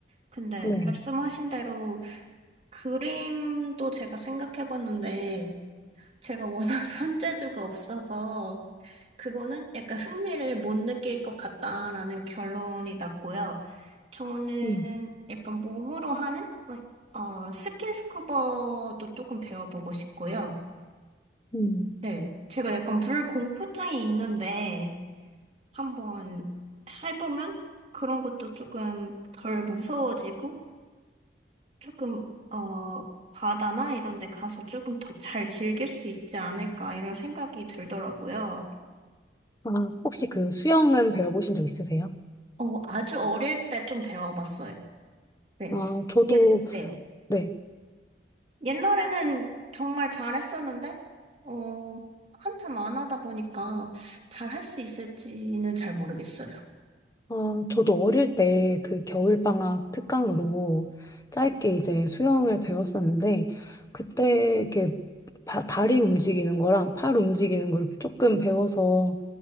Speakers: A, on the right; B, on the left.
A: 근데
B: 네.
A: 말씀하신 대로 그림도 제가 생각해봤는데, 제가 워낙 <laughs> 손재주가 없어서 그거는 약간 흥미를 못 느낄 것 같다라는 결론이 났고요. 저는
B: 음.
A: 약간 몸으로 하는 like, 어, 스킨스쿠버도 조금 배워보고 싶고요.
B: 음.
A: 네, 제가 약간 물 공포증이 있는데 한번 해보면 그런 것도 조금 덜 무서워지고 조금 어, 바다나 이런 데 가서 조금 더 잘 즐길 수 있지 않을까 이런 생각이 들더라고요.
B: 아, 혹시 그 수영은 배워보신 적 있으세요?
A: 어, 아주 어릴 때 좀 배워봤어요. 네.
B: 아, 저도,
A: 예, 네.
B: 네.
A: 옛날에는 정말 잘했었는데, 어, 한참 안 하다 보니까 잘할 수 있을지는 잘 모르겠어요.
B: 아, 저도 어릴 때 그 겨울방학 특강으로 짧게 이제 수영을 배웠었는데, 그때 이렇게 바- 다리 움직이는 거랑 팔 움직이는 거 이렇게 조금 배워서